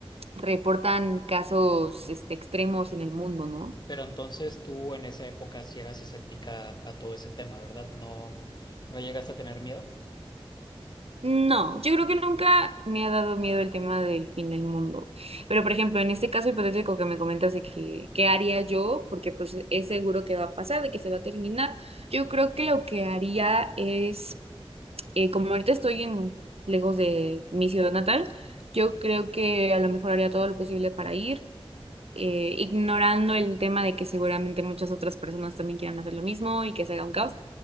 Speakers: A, on the right (about 80°); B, on the left (about 45°).
A: reportan casos este, extremos en el mundo, ¿no?
B: Pero entonces tú en esa época sí eras escéptica a todo ese tema, ¿verdad? No, no llegaste a tener miedo.
A: No, yo creo que nunca me ha dado miedo el tema del fin del mundo. Pero, por ejemplo, en este caso hipotético que me comentas de que, ¿qué haría yo? Porque pues es seguro que va a pasar, de que se va a terminar. Yo creo que lo que haría es eh, como ahorita estoy en, lejos de mi ciudad natal, yo creo que a lo mejor haría todo lo posible para ir, eh, ignorando el tema de que seguramente muchas otras personas también quieran hacer lo mismo y que se haga un caos.